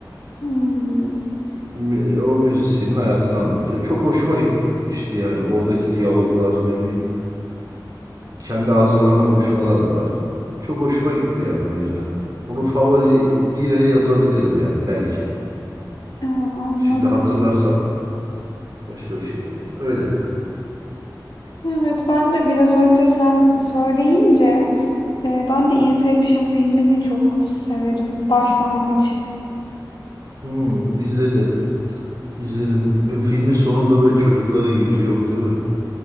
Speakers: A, on the left; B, on the right.
A: Hmm.
B: Mü- O müzisyenin hayatını anlatıyor. Çok hoşuma gitmişti yani oradaki diyaloglar ne bileyim Kendi ağzından konuşmalar da var. Çok hoşuma gitti yani o yüzden. Onu favori bire yazabilirim yani belki.
A: Aa, anladım.
B: Şimdi hatırlarsam başka bir şey. Öyle.
A: Evet ben de biraz önce sen söyleyince e, ben de Inception filmini çok severim. Başlangıç.
B: Hmm, izledim. İzledim. Ve Filmin sonunda böyle çocukların yüzü yok değil mi?